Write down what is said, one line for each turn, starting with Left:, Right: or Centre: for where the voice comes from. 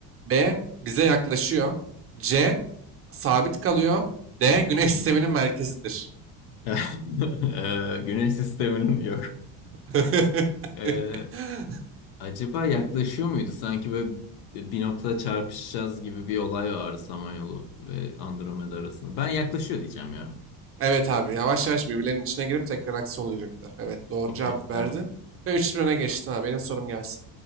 Right: B. Bize yaklaşıyor. C. Sabit kalıyor. D. Güneş sisteminin merkezidir.
Left: <laughs> Eee, Güneş sisteminin yok.
Right: <laughs>
Left: <laughs> Eee, acaba yaklaşıyor muydu? Sanki böyle bir noktada çarpışacağız gibi bir olay vardı Samanyolu ve Andromeda arasında. Ben yaklaşıyor diyeceğim ya.
Right: Evet abi yavaş yavaş birbirlerinin içine girip tek galaksi olacaklar. Evet doğru
Left: Okey,
Right: cevabı
Left: tamam.
Right: verdin. Ve üç 1 öne geçtin abi. Benim sorum gelsin.